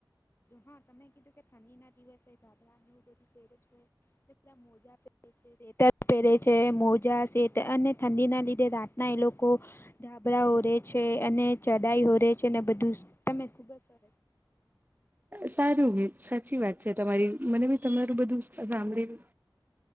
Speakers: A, on the left (about 30°); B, on the right (about 25°).
A: હા તમે કીધું કે ઠંડીના દિવસે ગાબરાને એવું બધું તેરું જ છે. કેલા મોજા પહેરે છે રેટર પહેરે છે, મોજા સેટ અને ઠંડી ના લીધે રાતના એ લોકો ગાબરાઓ છે, અને ચઢાઈ હો રે છે, ને બધું તમે ખુબજ સર
B: સારું સાચી વાત છે, તમારી મને ભી તમારું બધું સાંભળેલ